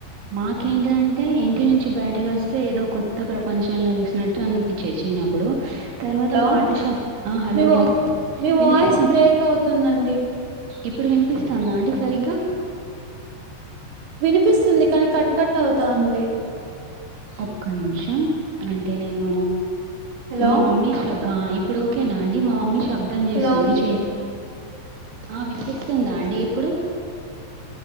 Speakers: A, on the right (about 75°); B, on the right (about 55°).
A: మాకేంటంటే ఇంటి నుంచి బయటకు వస్తే ఏదో కొత్త ప్రపంచంలో చూసినట్టు అనిపించేసి నప్పుడు. తర్వాత
B: హలో
A: పాఠశ ఆ హలో
B: మీ వా
A: వి
B: మీ
A: విన్పిస్తోందా?
B: వాయిస్ బ్రేక్ అవుతుందండి
A: ఇప్పుడు వినిపిస్తుందా అండి సరిగ్గా
B: వినిపిస్తుంది కానీ కట్ కట్ అవుతుంది.
A: ఒక్క నిమిషం, అంటే నేను
B: హలో
A: మా మమ్మీ శ్ర ఇప్పుడు ఓకేనా అండి మా మమ్మీ శబ్దం చేస్తుంది
B: హలో
A: చే ఆ వినిపిస్తుందా అండి ఇప్పుడు.